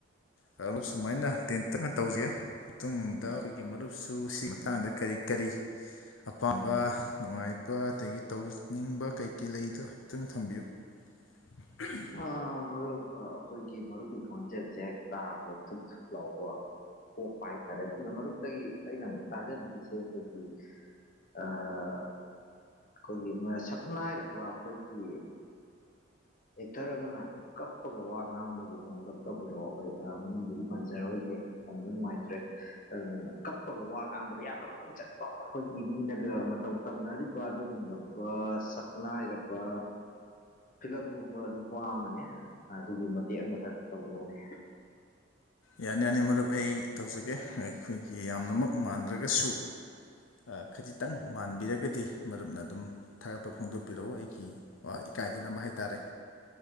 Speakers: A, on the left (about 85°); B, on the left (about 45°).
A: <unintelligible> ꯁꯨꯃꯥꯏꯅ ꯇꯦꯟꯇꯛꯅ ꯇꯧꯖꯦ ꯃꯇꯨꯡꯑꯝꯗ ꯑꯩꯈꯣꯏꯒꯤ ꯃꯔꯨꯞꯁꯨ ꯁꯤꯒꯤ ꯃꯇꯥꯡꯗ ꯀꯔꯤ ꯀꯔꯤ ꯑꯄꯥꯝꯕ ꯅꯨꯡꯉꯥꯏꯕ ꯑꯗꯒꯤ ꯇꯧꯅꯤꯡꯕ ꯀꯩꯀꯩ ꯂꯩꯗꯣ ꯍꯥꯏꯐꯦꯠꯇꯪ ꯊꯝꯕꯤꯌꯨ <unintelligible>
B: ꯑ ꯃꯔꯨꯞ ꯑꯥ ꯑꯩꯈꯣꯏꯒꯤ ꯃꯔꯨꯞꯀꯤ ꯈꯣꯟꯖꯦꯟ ꯖꯦꯛ ꯇꯥꯕꯗ ꯊꯨꯨꯞ ꯊꯨꯞ ꯂꯥꯎꯕ ꯄꯣꯛꯄ ꯍꯥꯏꯇꯥꯔꯦ ꯑꯗꯨꯅ ꯃꯔꯨꯞꯇꯒꯤ ꯑꯩꯅ ꯑꯃꯨꯛ ꯇꯥꯖꯅꯤꯡꯉꯤꯁꯦ ꯑꯈꯣꯏꯒꯤ ꯑꯥ ꯑꯩꯈꯣꯏꯒꯤ ꯃꯥꯁꯛꯅꯥꯏꯔꯕ ꯑꯩꯈꯣꯏꯒꯤ ꯑꯦꯇꯔꯑꯃꯅ ꯀꯞꯄꯒ ꯋꯥ ꯉꯥꯡꯕꯒꯤ ꯃꯑꯣꯡꯗꯝ ꯑꯝ ꯇꯧꯕꯤꯔꯛꯑꯣ ꯑꯩꯈꯣꯏ ꯑꯥ ꯃꯃꯤꯡꯗꯨꯗꯤ ꯄꯟꯖꯔꯣꯏꯒꯦ ꯄꯥꯟꯕ ꯅꯨꯡꯉꯥꯏꯇ꯭ꯔꯦ ꯑꯗꯨꯅ ꯀꯞꯄꯒ ꯋꯥ ꯉꯥꯡꯕꯗ ꯌꯥꯝꯅ ꯃꯃꯤꯡ ꯆꯠꯄ ꯑꯩꯈꯣꯏꯒꯤ ꯃꯤꯅꯒ ꯃꯇꯧ ꯇꯝꯅꯔꯤꯕ ꯑꯗꯨꯒꯨꯝꯂꯕ ꯕꯥ ꯁꯛꯅꯥꯏꯔꯕ ꯐꯤꯂꯝ ꯀꯨꯝꯕ ꯅꯨꯄꯥ ꯑꯃꯅꯦ ꯑꯗꯨꯒꯤ ꯃꯇꯦꯛ ꯑꯃꯇꯪ ꯇꯧꯕꯤꯔꯛꯎꯅꯦ
A: ꯌꯥꯅꯤ ꯌꯥꯅꯤ ꯃꯔꯨꯞ ꯑꯩ ꯇꯧꯖꯒꯦ ꯑꯩꯈꯣꯏꯒꯤ ꯌꯥꯝꯅꯃꯛ ꯃꯥꯟꯗ꯭ꯔꯒꯁꯨ ꯑꯥ ꯈꯖꯤꯛꯇꯪ ꯃꯥꯟꯕꯤꯔꯒꯗꯤ ꯃꯔꯨꯞꯅ ꯑꯗꯨꯝ ꯊꯥꯒꯠꯄ ꯐꯣꯡꯗꯣꯛꯄꯤꯔꯛꯎ ꯑꯩꯒꯤ ꯑꯥ ꯏꯀꯥꯏꯗꯥꯅꯕ ꯍꯥꯏꯇꯥꯔꯦ